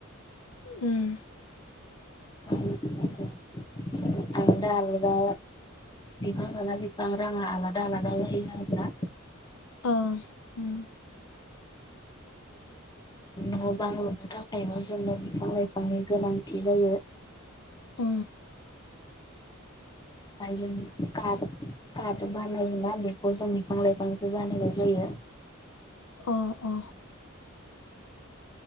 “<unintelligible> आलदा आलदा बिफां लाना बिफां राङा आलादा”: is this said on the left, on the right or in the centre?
Left